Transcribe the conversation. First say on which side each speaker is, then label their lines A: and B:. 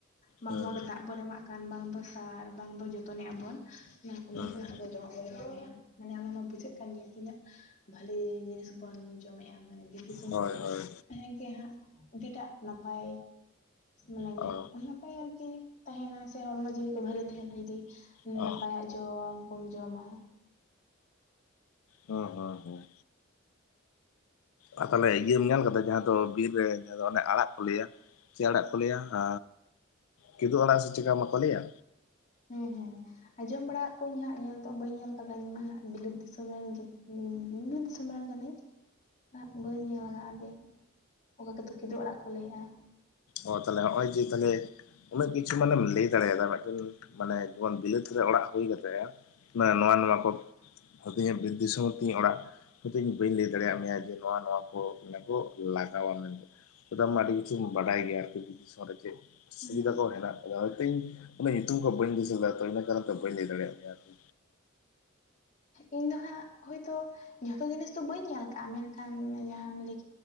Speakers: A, on the left (about 35°); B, on the left (about 80°).
A: ᱵᱟᱝ
B: ᱦᱮᱸ
A: ᱫᱚ ᱚᱸᱰᱮ ᱫᱟᱜ ᱵᱚᱱ ᱮᱢᱟᱜ ᱠᱟᱱ ᱵᱟᱝ ᱫᱚ ᱥᱟᱨ ᱵᱟᱝ ᱫᱚ ᱡᱚᱛᱚᱱᱮᱜ-ᱟ ᱵᱚᱱ, ᱚᱱᱟ ᱚᱸᱰᱮ
B: ᱦᱮᱸ
A: ᱠᱷᱚᱱᱟᱜ ᱟᱵᱚ ᱡᱚᱢᱟᱜ ᱵᱚ ᱧᱟᱢᱮᱼᱟ, ᱢᱟᱱᱮ ᱚᱱᱟ ᱢᱟ ᱵᱩᱡᱷᱟᱹᱜ ᱠᱟᱱ ᱜᱮᱭᱟ ᱛᱤᱱᱟᱹᱜ ᱵᱷᱟᱞᱤ ᱡᱤᱱᱤᱥ ᱵᱚᱱ ᱡᱚᱢᱮᱜᱼᱟ ᱢᱟᱱᱮ ᱵᱤᱨ ᱫᱤᱥᱚᱢ
B: ᱦᱳᱭ
A: ᱨᱮ
B: ᱦᱳᱭ
A: ᱦᱮᱸᱜᱮ ᱦᱟᱸᱜ ᱟᱹᱰᱤᱴᱟᱜ ᱱᱟᱯᱟᱭ ᱢᱟᱱᱮ
B: ᱚ
A: ᱱᱟᱯᱟᱭ ᱟᱨᱠᱤ ᱛᱟᱦᱮᱱᱟ, ᱥᱮ ᱦᱚᱲᱢᱚ ᱡᱤᱣᱤ ᱠᱚ ᱵᱷᱟᱞᱤ ᱛᱟᱦᱮᱸᱱᱟ ᱡᱩᱫᱤ
B: ᱚ
A: ᱱᱟᱯ ᱟᱡᱚᱢ ᱠᱚᱢ ᱡᱚᱢᱟ᱾
B: ᱦᱚᱸ ᱦᱚᱸ ᱦᱚᱸ᱾
A: <inaudible>
B: ᱟᱨ ᱛᱟᱦᱞᱮ ᱤᱭᱟᱹᱢ ᱧᱮᱞ ᱠᱟᱫᱟ ᱡᱟᱦᱟᱸ ᱫᱚ ᱵᱤᱨ ᱨᱮ ᱡᱟᱦᱟᱸ ᱫᱚ ᱚᱱᱮ ᱟᱲᱟᱜ ᱠᱚ ᱞᱟᱹᱭᱟ, ᱪᱮᱜ ᱟᱲᱟᱜ ᱠᱚ ᱞᱟᱹᱭᱟ ᱟ, ᱠᱤᱫᱩᱵ ᱟᱲᱟᱜ ᱥᱮ ᱪᱮᱠᱟ ᱢᱟᱠᱚ ᱞᱟᱹᱭᱟ?
A: ᱦᱩᱸ ᱦᱩᱸ᱾ ᱟᱸᱡᱚᱢ ᱵᱟᱲᱟ ᱠᱩᱣᱟᱹᱧ ᱦᱟᱸᱜ ᱧᱮᱞ ᱫᱚ ᱵᱟᱹᱧ ᱧᱮᱞ ᱠᱟᱫᱟ ᱤᱧ ᱢᱟ ᱦᱟᱸᱜ ᱵᱤᱞᱟᱹᱛ ᱫᱤᱥᱚᱢ ᱨᱮᱱ ᱜᱤᱫ <unintelligible> ᱥᱢᱟᱲ ᱠᱟᱹᱢᱤᱜ ᱵᱟᱹᱧ ᱧᱮᱞ ᱟᱠᱟᱟᱜᱼᱟ ᱡᱮ ᱚᱠᱟ ᱠᱚ ᱫᱚ ᱠᱤᱫᱩ ᱚᱲᱟᱜ ᱠᱚ ᱞᱟᱹᱭᱮᱜᱼᱟ <unintelligible>
B: ᱚ ᱛᱟᱦᱞᱮ ᱦᱚᱜ-ᱚᱭ ᱡᱮ ᱛᱟᱦᱞᱮ ᱩᱱᱟᱹᱜ ᱠᱤᱪᱷᱩ ᱢᱟᱱᱮᱢ ᱞᱟᱹᱭ ᱫᱟᱲᱮᱭᱟᱫᱟ ᱢᱤᱫᱴᱮᱱ ᱢᱟᱱᱮ ᱡᱮᱢᱚᱱ ᱵᱤᱞᱟᱹᱛ ᱨᱮ ᱚᱲᱟᱜ ᱦᱩᱭ ᱠᱟᱛᱮᱜ᱾ ᱢᱟᱱᱮ ᱱᱚᱣᱟ ᱱᱚᱣᱟ ᱠᱚ ᱢᱤᱛᱟᱹᱧᱟ ᱵᱤᱨ ᱫᱤᱥᱚᱢ ᱛᱤᱧ ᱚᱲᱟᱜ᱾ ᱦᱳᱭᱛᱚ ᱤᱧ ᱵᱟᱹᱧ ᱞᱟᱹᱭ ᱫᱟᱲᱮᱭᱟᱜ ᱢᱮᱭᱟ ᱡᱮ ᱱᱚᱣᱟ ᱱᱚᱣᱟ ᱠᱚ ᱢᱟᱱᱮ ᱠᱚ ᱞᱟᱜᱟᱣᱟ ᱢᱮᱱᱛᱮ, <inaudible> ᱟᱹᱰᱤ ᱠᱤᱪᱷᱩᱢ ᱵᱟᱰᱟᱭ ᱜᱮᱭᱟ ᱟᱨᱠᱤ ᱵᱤᱨ ᱫᱤᱥᱚᱢ ᱨᱮ ᱪᱮᱫ ᱥᱩᱵᱤᱫᱟ
A: ᱩᱸ
B: ᱠᱚ ᱦᱮᱱᱟᱜ᱾ ᱟᱫᱚ ᱦᱚᱭᱛᱮᱧ ᱚᱱᱮ ᱧᱩᱛᱩᱢ ᱠᱚ ᱵᱟᱹᱧ ᱫᱤᱥᱟᱹᱭᱫᱟ ᱛᱚ ᱤᱱᱟᱹ ᱠᱟᱨᱚᱱ ᱛᱮ ᱵᱟᱹᱧ ᱞᱟᱹᱭ ᱫᱟᱲᱮᱭᱟᱜ ᱢᱮᱭᱟ ᱾
A: ᱤᱧ ᱫᱚ ᱦᱟᱸᱜ ᱦᱳᱭᱛᱳ ᱡᱷᱚᱛᱚ ᱡᱤᱱᱤᱥ ᱫᱚ ᱵᱟᱹᱧ ᱧᱮᱞ ᱠᱟᱜᱼᱟ ᱢᱮᱱᱠᱷᱟᱱ ᱡᱟᱦᱟᱸᱢ ᱞᱟᱭ